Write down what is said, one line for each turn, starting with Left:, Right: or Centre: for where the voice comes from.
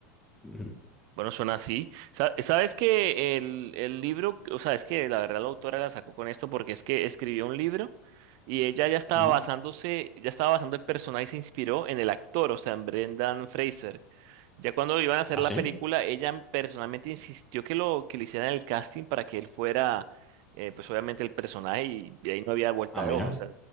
Centre: Ujú,
Right: Bueno, suena así. Sa- Sabes que el, el libro, o sea, es que la verdad la autora la sacó con esto porque es que escribió un libro y ella ya estaba
Centre: ujú.
Right: basándose, ya estaba basando el personaje y se inspiró en el actor, o sea, en Brendan Fraser. Ya cuando iban a hacer
Centre: Ah,
Right: la
Centre: sí.
Right: película, ella personalmente insistió que lo que le hicieran el casting para que él fuera, eh, pues obviamente el personaje y, y ahí no había vuelta
Centre: Ah, mira.
Right: de hoja. O sea,